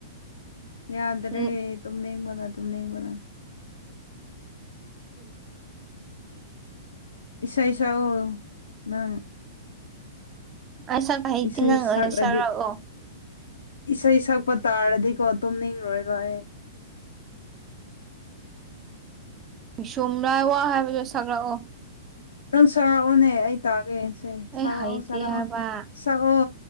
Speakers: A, on the left (about 65°); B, on the right (about 25°).
A: ꯌꯥꯗ꯭ꯔꯦ
B: ꯎꯝ
A: ꯇꯨꯝꯅꯤꯡꯕꯗ ꯇꯨꯝꯅꯤꯡꯕꯗ
B: ꯎꯝ
A: ꯏꯁꯥ ꯏꯁꯥ ꯅꯪ
B: ꯑꯁꯥ ꯀ ꯍꯥꯏꯩꯇꯤ
A: ꯏꯁꯩ
B: ꯅꯪ
A: ꯁꯛꯂꯗꯤ
B: ꯑꯣꯏ ꯆꯔꯛꯑꯣ
A: ꯏꯁꯩ ꯁꯛꯄ ꯇꯥꯔꯗꯤꯀꯣ ꯇꯨꯝꯅꯤꯡꯂꯣꯏꯕ ꯑꯩ
B: ꯃꯤꯤꯁꯨꯝ ꯂꯥꯏ ꯋꯥ ꯍꯥꯏꯕꯗꯨꯣ ꯁꯛꯂꯛꯑꯣ
A: ꯅꯪ ꯁꯥꯎꯔꯛꯑꯣꯅꯦ ꯑꯩ ꯇꯥꯒꯦꯁꯦ
B: ꯑꯩ
A: ꯁꯥꯎꯔꯛꯑꯣ
B: ꯍꯩꯇꯦ
A: ꯆꯥꯔꯛꯑꯣ
B: ꯍꯥꯏꯕ
A: ꯁꯛꯑꯣ